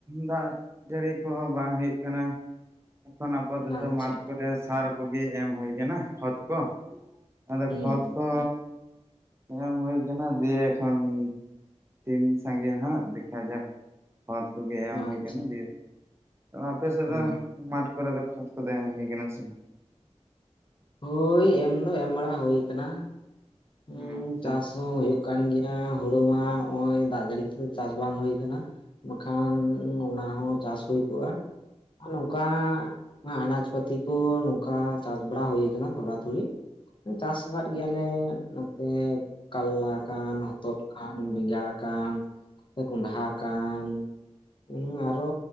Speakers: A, on the right; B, on the left.
A: ᱫᱟᱜ ᱡᱟᱹᱲᱤ ᱠᱚᱦᱚᱸ ᱵᱟᱝ ᱦᱩᱭᱩᱜ ᱠᱟᱱᱟ। ᱠᱷᱚᱱ ᱟᱯᱟᱛᱚᱛᱚ
B: ᱟᱪᱪᱷᱟ
A: ᱢᱟᱴᱷ ᱠᱚᱨᱮ ᱥᱟᱨ ᱠᱚᱜᱮ ᱮᱢ ᱦᱩᱭ ᱠᱟᱱᱟ ᱠᱷᱚᱛ ᱠᱚ ᱟᱫᱚ
B: ᱦᱩᱸ
A: ᱠᱷᱚᱛ
B: ᱦᱩᱸ
A: ᱠᱚ ᱮᱢ ᱦᱩᱭ ᱠᱟᱱᱟ ᱫᱤᱭᱮ ᱮᱠᱷᱚᱱ ᱛᱤᱱ ᱥᱟᱹᱜᱤᱧ ᱦᱟᱸᱜ ᱫᱮᱠᱷᱟ ᱡᱟᱠ ᱠᱷᱚᱛ ᱠᱚᱜᱮ ᱮᱢ ᱦᱩᱭ
B: ᱟᱪᱪᱷᱟ
A: ᱠᱟᱱᱟ ᱫᱤᱭᱮ ᱟᱯᱮ ᱥᱮᱫ
B: ᱦᱳᱭ
A: ᱫᱚ ᱢᱟᱴᱷ ᱠᱚᱨᱮ ᱫᱚ ᱠᱷᱚᱛ ᱠᱚᱫᱚ ᱮᱢ ᱦᱩᱭ ᱠᱟᱱᱟ ᱥᱮ
B: ᱦᱳᱭ ᱮᱢ ᱫᱚ ᱮᱢ ᱵᱟᱲᱟ ᱦᱳᱭ ᱠᱟᱱᱟ ᱦᱸ
A: ᱵᱟᱝ ᱟᱪᱪᱷᱟ
B: ᱪᱟᱥ ᱦᱚᱸ ᱦᱳᱭᱳᱜ ᱠᱟᱱ ᱜᱮᱭᱟ। ᱮ ᱦᱳᱲᱳ ᱢᱟ ᱱᱚᱜ ᱚᱭ ᱫᱟᱜ ᱡᱟᱹᱲᱤ ᱠᱷᱟᱸᱛᱤᱨ ᱪᱟᱥ ᱵᱟᱝ ᱦᱩᱭ ᱠᱟᱱᱟ ᱵᱟᱠᱷᱟᱱ ᱩ ᱚᱱᱟ ᱦᱚᱸ ᱪᱟᱥ ᱦᱳᱭ ᱠᱚᱜᱼᱟ। ᱟᱨ ᱱᱚᱝᱠᱟ ᱟᱱᱟᱡ ᱯᱟᱹᱛᱤ ᱠᱚ ᱱᱚᱝᱠᱟ ᱪᱟᱥ ᱵᱟᱲᱟ ᱦᱳᱭ ᱠᱟᱱᱟ ᱛᱷᱚᱲᱟ ᱛᱷᱚᱲᱤ ᱪᱟᱥ ᱟᱠᱟᱫ ᱜᱮᱭᱟᱞᱮ
A: ᱟᱪᱪᱷᱟ
B: ᱱᱚᱛᱮ ᱠᱟᱞᱞᱟ ᱠᱟᱱ ᱦᱚᱛᱚᱫ ᱠᱟᱱ ᱵᱮᱸᱜᱟᱲ ᱠᱟᱱ <unintelligible> ᱠᱚᱸᱰᱷᱟ ᱠᱟᱱ ᱦᱸ ᱟᱨᱚ